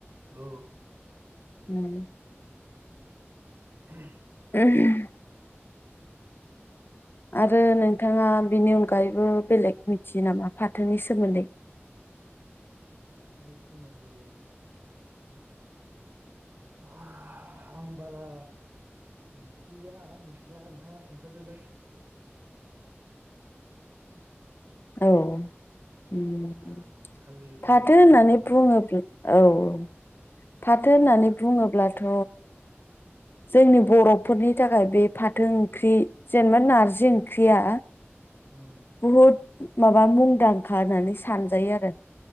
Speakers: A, on the right; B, on the left.
A: औ।
B: उम।
A: <unintelligible>
B: <unintelligible> आरो नोंथाङा बिनि अनगायैबो बेलेग मिथियो नामा फाथोनि सोमोन्दै?
A: फाथोनि सोमोन्दै आं बारा मिथिया मिथिनाया नोंथाङा खिन्थादोलाय।
B: औ। उम
A: आं खालि बि
B: फाथो होननानै
A: बेदर जानाय
B: बुङोब्ला औ औ
A: उम
B: फाथो
A: बेदर
B: होननानै
A: जानाय
B: बुङोब्ला थ' जोंनि बर'फोरनि थाखाय बे फाथो ओंख्रि जेनेबा नारजि ओंख्रिया
A: उम
B: बहुद माबा मुंदांखा होननानै सानजायो आरो।